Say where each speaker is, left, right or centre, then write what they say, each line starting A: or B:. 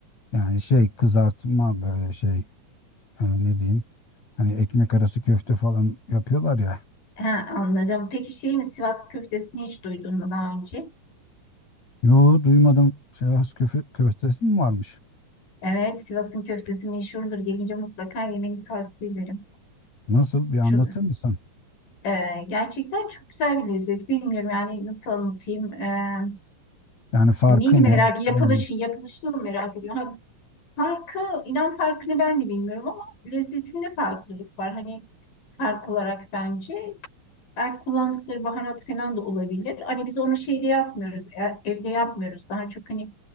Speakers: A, on the left (about 55°); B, on the left (about 85°).
A: Yani şey kızartma böyle şey e, ne diyeyim hani ekmek arası köfte falan yapıyorlar ya.
B: Ha, anladım. Peki şey mi, Sivas köftesini hiç duydun mu daha önce?
A: Yo duymadım Sivas köfe, köftesi mi varmış?
B: Evet, Sivas'ın köftesi meşhurdur. Gelince mutlaka yemeni tavsiye ederim.
A: Nasıl bir anlatır
B: Çok,
A: mısın?
B: Ee, gerçekten çok güzel bir lezzet. Bilmiyorum yani nasıl anlatayım. Ee,
A: Yani farkı
B: neyini merak,
A: ne?
B: yapılışı,
A: falan.
B: yapılışını mı merak ediyorum. Ha, farkı, inan farkını ben de bilmiyorum ama lezzetinde farklılık var. Hani fark olarak bence. Belki kullandıkları baharat falan da olabilir. Hani biz onu şeyde yapmıyoruz, e- evde yapmıyoruz. Daha çok hani